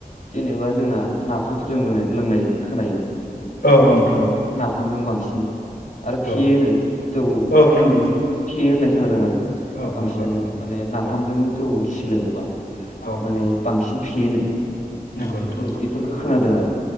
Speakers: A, on the left (about 55°); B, on the left (about 80°).
A: जेनेबा जोंना नाफामफोरजों लोंनाय लोंनाय खोनायोमोन।
B: औ औ नोंथा
A: नाफामजों बांसि न आरो फेयो
B: औ
A: नो जौ
B: औ नंगौ
A: फेयो होननाय खोनादों आरो
B: औ
A: बांसिनानो
B: नंगौ नंगौ
A: माने नाफामजों
B: औ
A: जौ गिसि सि सोलोङोबा।
B: औ
A: माने
B: नंगौ
A: बांसिन फेयोनो
B: नंगौ
A: बेखौ
B: नोंथां नंगौ
A: बेफोरखौ खोनादों आरो।